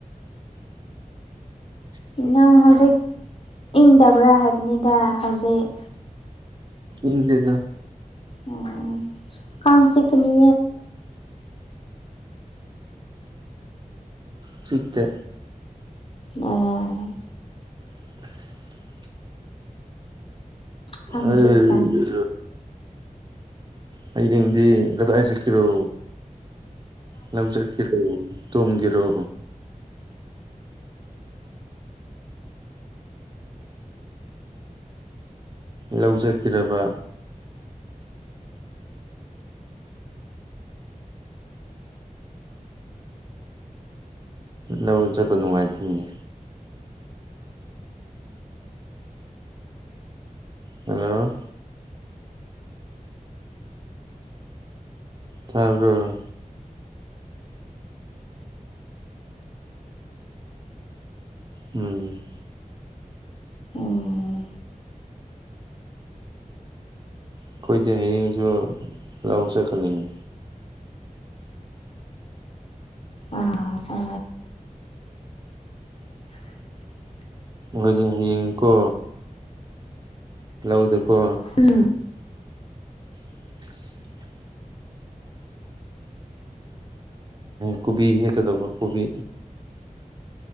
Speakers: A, on the right; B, on the left.
A: ꯎ
B: ꯅꯪ ꯍꯧꯖꯤꯛ ꯏꯪꯗꯕ꯭ꯔꯥ ꯍꯥꯏꯕꯅꯤꯗ ꯍꯧꯖꯤꯛ
A: ꯏꯗꯤꯗ
B: ꯎꯝ ꯀꯝ ꯆ ꯀꯅꯤ
A: ꯆ ꯇ
B: ꯑꯣ
A: <unintelligible>
B: ꯀꯥꯡ
A: ꯑꯩ
B: ꯆꯤꯛꯄ꯭ꯔꯥꯅ
A: ꯍꯌꯦꯡꯗꯤ ꯀꯗꯥꯏ ꯆꯠꯀꯤꯔꯣ ꯂꯧꯖꯀꯤꯔꯣ ꯇꯝꯒꯔꯣ ꯂꯧꯖꯈꯔꯕ ꯂꯧ ꯆꯠꯄ ꯅꯨꯡꯉꯥꯏꯇꯣꯏꯃꯤꯅꯦ ꯍꯜꯂꯣ ꯇꯥꯔꯕꯣ ꯎꯝ
B: ꯎꯝ
A: ꯑꯩꯈꯣꯏꯗ ꯍꯌꯦꯡꯁꯨ ꯂꯧ ꯆꯀꯠꯅꯤꯡꯉꯤ
B: ꯑ ꯐ <unintelligible>
A: ꯣꯏꯗꯤ ꯍꯡꯀꯣ ꯂꯧꯗꯀꯣ
B: ꯎꯝ
A: ꯑꯗꯨ ꯀꯕꯤ ꯍꯀꯗ ꯀꯣꯕꯤ